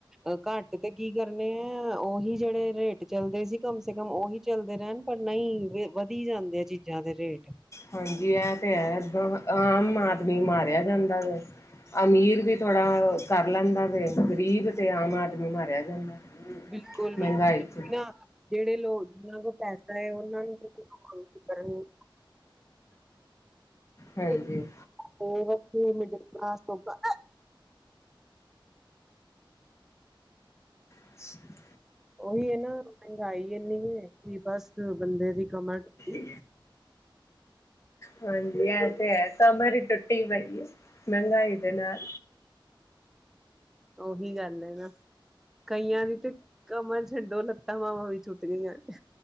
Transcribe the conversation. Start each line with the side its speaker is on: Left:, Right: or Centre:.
Centre: ਅ ਘੱਟ ਤੇ ਕੀ ਕਰਨੇ ਆ ਉਹੀ ਜਿਹੜੇ ਰੇਟ। ਚੱਲਦੇ ਸੀ, ਕਮ ਸੇ ਕਮ ਔਹੀ ਚੱਲਦੇ ਰੈਣ। ਪਰ ਨਈ, ਵਧੀ ਜਾਂਦੇ ਆ ਚੀਜ਼ਾਂ ਦੇ ਰੇਟ।
Left: ਹਾਂਜੀ, ਐ, ਤੇ ਹੈ, ਏਦਾਂ ਆਮ ਆਦਮੀ ਮਾਰਿਆ ਜਾਂਦਾ ਵੇ। ਅਮੀਰ ਵੀ ਥੋੜ੍ਹਾ ਕਰ ਲੈਂਦਾ ਵੇ। ਗਰੀਬ ਅਤੇ ਆਮ ਆਦਮੀ ਮਾਰਿਆ ਜਾਂਦਾ।
Centre: ਬਿਲਕੁਲ-ਬਿਲਕੁਲ,
Left: ਮਹਿੰਗਾਈ ਚ
Centre: ਨਾ ਜੇੜੇ ਲੋਕ ਜਿਨਾਂ ਕੋਲ ਪੈਸਾ ਏ, ਔਨਾਂ ਨੂੰ ਤੇ ਕੋਈ ਫਿਕਰ ਨੀ।
Left: ਹਾਂਜੀ।
Centre: <unintelligible> <unintelligible>
Left: <unintelligible>
Centre: ਔਹੀ ਏ ਨਾ, ਮਹਿੰਗਾਈ ਏਨੀ ਏ, ਕਿ ਬਸ ਬੰਦੇ ਦੀ ਕਮਰ। ਟੁੱਟੀ
Left: <inaudible> ਹਾਂਜੀ ਐ, ਤੇ ਹੈ, ਕਮਰ ਈ ਟੁੱਟੀ ਪਈ ਏ ਮਹਿੰਗਾਈ ਦੇ ਨਾਲ।
Centre: ਔਹੀ ਗੱਲ ਹੈ ਨਾ, ਕਈਆਂ ਦੀ ਤੇ ਕਮਰ ਛਡੋ, ਲੱਤਾ-ਬਾਵਾਂ ਵੀ ਗਈਆਂ ਨੇ।